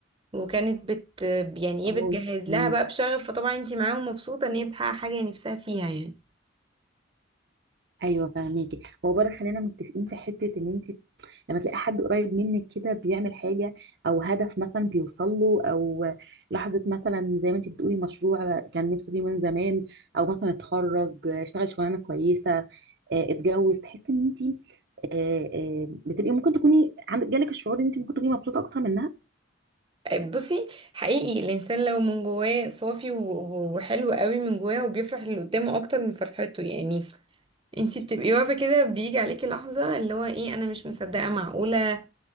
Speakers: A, on the right; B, on the right.
A: وكانت بت يعني
B: اه
A: ايه بتجهز
B: امم
A: لها بقى بشغف فطبعا انتي معاهم مبسوطة ان هي بتحقق حاجة هي نفسها فيها يعني
B: ايوه فاهميكي هو بره خلينا متفقين في حته ان انت لما تلاقي حد قريب منك كده بيعمل حاجة او هدف مثلا بيوصل له او لحظة مثلا زي ما انت بتقولي مشروع كان نفسه فيه من زمان او مثلا اتخرج اشتغل شغلانة كويسة آه، اتجوز تحس ان انت آه، آه، بتبقي ممكن تكوني عندك جالك الشعور ان انت ممكن تكوني مبسوطه اكتر منها
A: بصي حقيقي الانسان لو من جواه صافي و- و- وحلو قوي من جواه وبيفرح اللي قدامه اكتر من فرحته يعني انتي بتبقي واقفه كده بيجي عليكي لحظه اللي هو ايه انا مش مصدقه معقوله